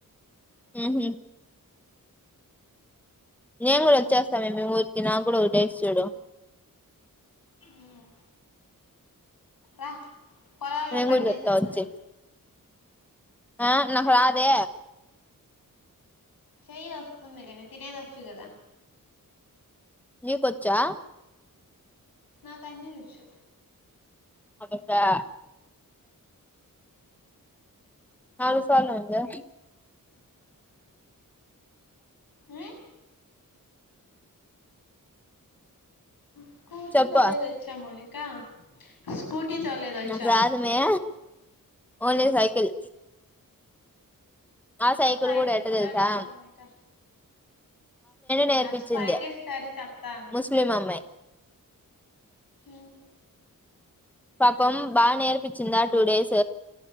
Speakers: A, in the centre; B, on the left.
A: మ్ హ్ నేన్ గుడా వచ్చేస్తామే మీ ఊరికి నా గుడా ఒ దేస్ చూడు
B: మ్ రా పోరగాన్ల
A: నేను
B: పన్
A: కూడా
B: చేసేక్పోదువు.
A: చెప్తా వచ్చి ఆ నాకు రాదే
B: చెయ్య వస్తుంది గని తినేదొచ్చు గదా
A: నీకోచ్చా?
B: నాక్ అన్ని వచ్చు.
A: అభచా నాలుగు సార్లు అయిందా
B: మ్మ్ స్కూటీ
A: చెప్పు
B: తొలేదొచ్చా మౌనికా స్కూ టీ తోలేదొచ్చా?
A: నాకు రాదుమే ఓన్లీ సైకిల్ ఆ
B: నాకు
A: సైకిల్ గుడా ఎట్ట
B: కూడా
A: తెల్సా
B: రాదు మౌనిక
A: నేర్పించింది
B: ఆ స్పైకిల్ స్టోరీ చెప్తాను.
A: ముస్లిం అమ్మాయి
B: మ్
A: పాపం బానేర్పిచ్చిందా టూ డేస్..